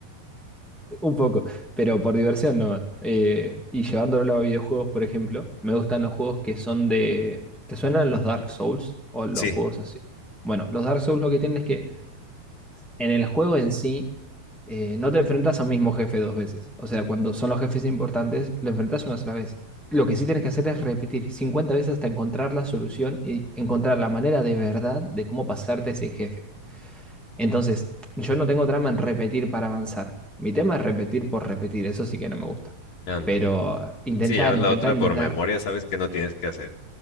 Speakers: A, in the centre; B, on the left.
A: Un poco, pero por diversión nomás. Eh, y llevándolo a videojuegos, por ejemplo, me gustan los juegos que son de... ¿Te suenan los Dark Souls o los
B: Sí,
A: juegos así? Bueno, los Dark Souls lo que tienen es que en el juego en sí eh, no te enfrentas a un mismo jefe dos veces. O sea, cuando son los jefes importantes, lo enfrentas una sola vez. Lo que sí tienes que hacer es repetir 50 veces hasta encontrar la solución y encontrar la manera de verdad de cómo pasarte ese jefe. Entonces, yo no tengo trama en repetir para avanzar. Mi tema es repetir por repetir, eso sí que no me gusta.
B: Ándale.
A: Pero intentar,
B: Sí, ya
A: intentar,
B: la otra
A: intentar.
B: por memoria, sabes que no tienes que hacer.